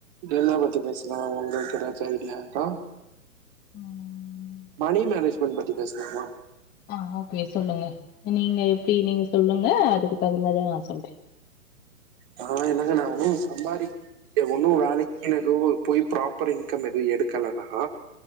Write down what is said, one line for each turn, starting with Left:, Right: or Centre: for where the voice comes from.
Right: என்ன பத்தி பேசலா உங்களுக்கு ஏதாச்சு ஐடியாருக்கா
Left: ம்
Right: மணி மேனேஜ் போன் பத்தி பேசலாமா
Left: ஆ ஓகே சொல்லுங்க நீங்க எப்டி நீங்க சொல்லுங்க அதுக்கு தகுந்தத நான் சொல்றே
Right: ஆ நா என்னங்க நான் ஒண்ணும் சம்பாரிக் க ஒன்னு வேலைக்குன்னு எது போய் ப்ராப்பர் இன்கம் எது எடுக்கலனா